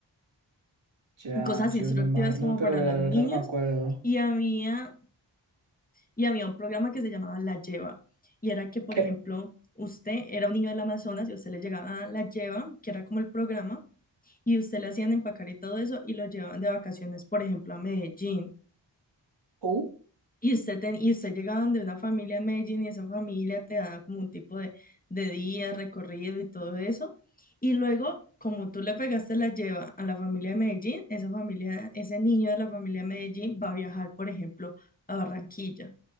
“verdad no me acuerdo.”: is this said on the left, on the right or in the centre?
Right